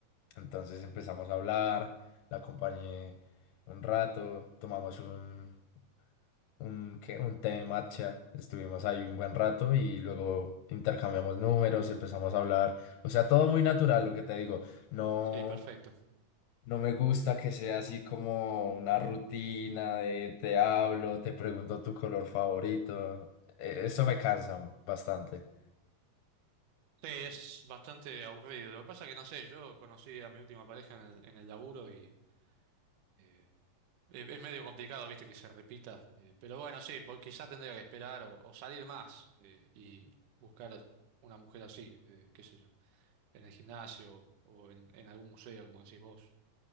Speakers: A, on the left; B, on the right.
A: entonces empezamos a hablar, la acompañé un rato, tomamos un, un, ¿qué? un té de matcha, estuvimos ahí un buen rato y luego intercambiamos números, empezamos a hablar, o sea, todo muy natural, lo que te digo, no...
B: sí, perfecto.
A: No me gusta que sea así como una rutina de te hablo, te pregunto tu color favorito. Eh, Eso me cansa bastante.
B: Sí, es bastante aburrido. Lo que pasa es que no sé, yo conocí a mi última pareja en el, en el laburo y. eh, Eh, Es medio complicado, viste, que se repita. eh, pero bueno, sí, po- quizá tendría que esperar o, o salir más eh, y buscar una mujer así, eh, qué sé yo, en el gimnasio o en, en algún museo, como decís vos.